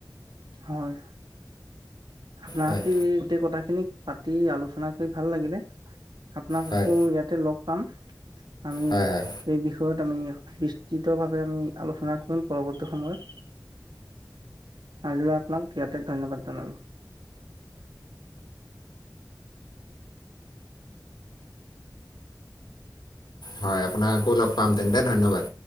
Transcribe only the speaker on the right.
হয় আপনাহতি
গোটেই কথা খিনিক পাতি আলোচনা কৰি ভাল লাগিলে আপোনাক
আকৌ ইয়াতে লগ পাম। আমি
এই বিষয়ত আমি বিস্তৃত ভাৱে আমি আলোচনা কৰিম পৰৱৰ্তী সময়ত। আজিলৈ আপোনাক ইয়াতে ধন্যবাদ জনালো।